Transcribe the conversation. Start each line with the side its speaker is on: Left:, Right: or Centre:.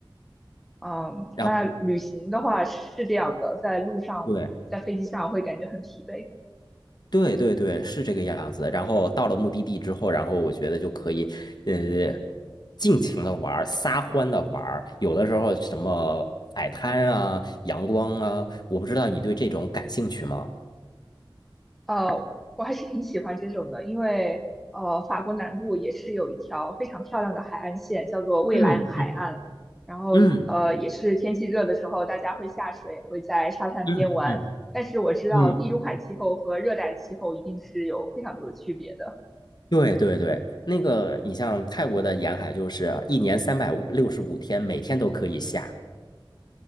Centre: 嗯，
Left: 然后
Centre: 那旅行的话是这样的，在路上，
Left: 对。
Centre: 在飞机上会感觉很疲惫。
Left: 对对对，是这个样子。然后到了目的地之后，然后我觉得就可以，呃，尽情的玩儿，撒欢的玩儿。有的时候什么海滩啊、阳光啊，我不知道你对这种感兴趣吗？
Centre: 呃，我还是挺喜欢这种的，因为呃，法国南部也是有一条非常漂亮的海岸线，叫做蔚蓝海岸。
Left: 嗯
Centre: 然后呃，
Left: 嗯
Centre: 也是天气热的时候，大家会下水，会在沙滩边玩。
Left: 嗯嗯
Centre: 但是我知道地中海气候和热带气候一定是有非常多的区别的。
Left: 嗯，对对对，那个你像泰国的沿海，就是一年三百六十五天，每天都可以下。